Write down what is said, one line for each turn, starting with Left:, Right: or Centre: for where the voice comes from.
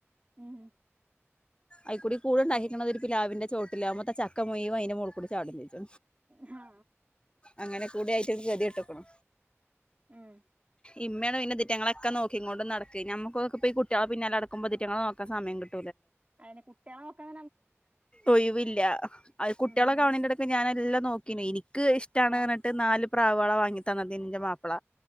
Right: ഉം
Left: അയ്ക്കൂടി കൂട്ണ്ടാക്കീക്ക്ണത്
Right: ഉം
Left: ഒരു പിലാവിന്റെ ചോട്ടിലാ അവുമ്പത്ത ചക്ക മുയ്‌വൻ അയ്ൻ്റെ മോളി കൂടെ ചാടുന്നുണ്ട്
Right: ഹാ
Left: അങ്ങനെ കുടി ആയിറ്റൊക്കെ ഗതിയെട്ടുക്കുണു
Right: ഉം
Left: ഇമ്മേണ് അയ്ന് എതി റ്റങ്ങളെക്കെ നോക്കിങ്ങൂണ്ട് നടക്കെയ് ഞമ്മക്കൊതൊക്ക പ്പെയ് ഈ കുട്ടിയൊളെ പിന്നാലടക്കുമ്പോ ഇറ്റങ്ങളെ നോക്കാ സമയം കിട്ട്
Right: അയ്ന് കുട്ടിയൊളെ നോക്കണ
Left: ഒയിവില്ല അഹ് കുട്ടിയൊളൊക്കെടവിടെകിടക്കും
Right: ഉം
Left: ഞാനെല്ലാം നോക്കീനേനി ക്ക് ഇഷ്ടാണെന്നറിഞ്ഞിട്ട്
Right: ആഹ്
Left: നാല് പ്രാവേളെ വാങ്ങി തന്നത് ഇന്റെ മാപ്പ്ള